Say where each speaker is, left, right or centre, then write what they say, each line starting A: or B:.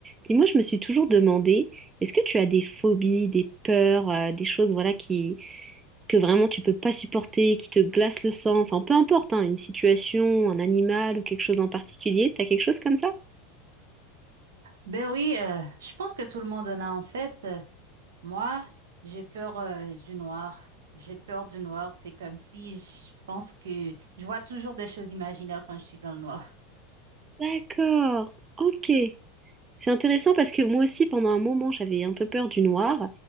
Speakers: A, on the right; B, on the right.
A: Dis-moi, je me suis toujours demandé, est-ce que tu as des phobies, des peurs, euh, des choses voilà qui que vraiment tu peux pas supporter, qui te glacent le sang, enfin peu importe, hein, une situation, un animal ou quelque chose en particulier, t'as quelque chose comme ça?
B: Ben oui, euh, je pense que tout le monde en a en fait. Euh, moi, j'ai peur euh, du noir. J'ai peur du noir. C'est comme si je pense que je vois toujours des choses imaginaires quand je suis dans le noir.
A: D'accord, ok. C'est intéressant parce que moi aussi, pendant un moment, j'avais un peu peur du noir.